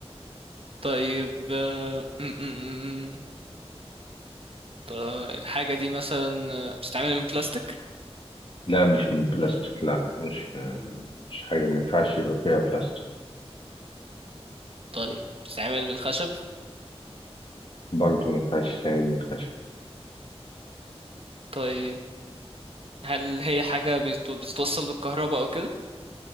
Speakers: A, on the right; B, on the left.
A: طيب آه، م- م- م- طيب الحاجة دي مثلا آه، بتتعمل من بلاستيك
B: لا مش من بلاستيك لا مش آه، مش حاجة ما ينفعش يبقى فيها بلاستيك
A: طيب بتتعمل من خشب
B: برضه ما ينفعش تعمل من خشب
A: طيب هل هي حاجة بيت- بتتوصل بالكهرباء او كده